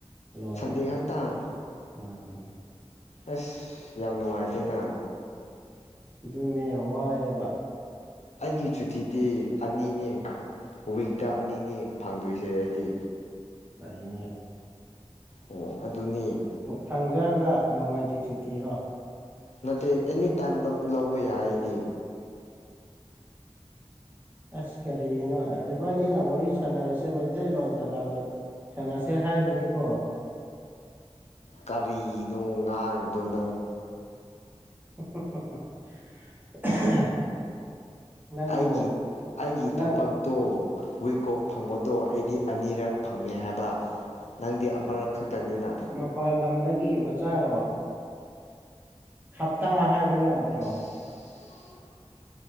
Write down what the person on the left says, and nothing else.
ꯁꯟꯗꯦ ꯈꯛꯇꯥꯡ
ꯑꯁ ꯌꯥꯝ ꯅꯨꯡꯉꯥꯏꯇꯦꯅ
ꯑꯩꯒꯤ ꯁꯨꯇꯤꯗꯤ ꯑꯅꯤꯅꯤ ꯋꯤꯛꯇ ꯑꯅꯤꯅꯤ ꯐꯪꯗꯣꯏꯁꯦ ꯑꯩꯗꯤ
ꯑꯣ ꯑꯗꯨꯅꯤ
ꯅꯠꯇꯦ ꯑꯦꯅꯤ ꯇꯥꯏꯝ ꯂꯧꯕ ꯌꯥꯗꯤ
ꯀꯔꯤꯅꯣ ꯉꯥꯡꯉꯔꯤꯗꯣ ꯅꯪ꯫
ꯑꯩꯒꯤ ꯑꯩꯒꯤ
ꯊꯕꯛ꯫ ꯇꯣ ꯋꯤꯀꯣꯐ ꯐꯪꯕꯗꯣ ꯑꯩꯗꯤ ꯑꯅꯤꯔꯛ ꯐꯪꯉꯦ ꯍꯥꯏꯕ꯫ ꯅꯪꯗꯤ ꯑꯃꯔꯛ ꯈꯛꯇꯅꯤꯅ꯫
<unintelligible>